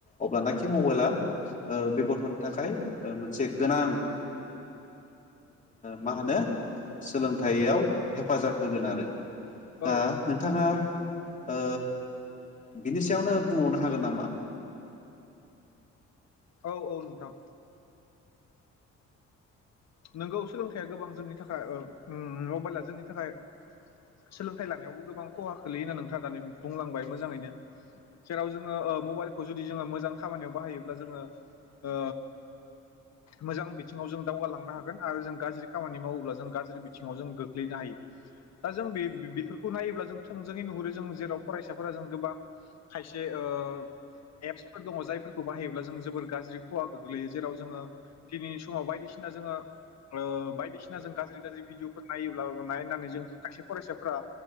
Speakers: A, on the left; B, on the left.
A: अब्लानाखि मबाइला बे गथ'ननि थाखाय मोनसे गोनां मा होनो सोलोंथाइयाव हेफाजाब होगोन आरो दा
B: औ
A: नोंथाङा ओ बिनि सायावनो बुंबावनो हागोन नामा
B: औ औ नोंथां नोंगौ सोलोंथाइया गोबां जोंनि थाखाय मबाइला जोंनि थाखाय सोलोंथाइ लानायावबो गोबां खहा खोलैयो होनना नोंथाङा दानि बुंलांबाय मोजाङैनो जेराव जोंङो ओ मबाइलखौ जुदि जोंङो मोजां खामानियाव बाहायोब्ला जोंङो ओ मोजां बिथिंङाव जों दावगालांनो नो होन आरो जों गाज्रि खामानि मावोब्ला जों गाज्रि बिथिंङाव जों गोग्लैनो हायो दा जों बे बेफोरखौ नायोब्ला जों थोंजोङै नुहुरो जों जेराव फरायसाफोरा जों गोबां खायसे ओ एप्सफोर दंङ जायफोरखौ बाहायोब्ला जों जोबोर गाज्रि खहा गोग्लैयो जेराव जोंङो दिनैनि समाव बायदिसिना जोंङो ओ बायदिसिना जों गाज्रि गाज्रि भिडिअफोर नायोब्ला नायनानै जों खायसे फरायसाफोरा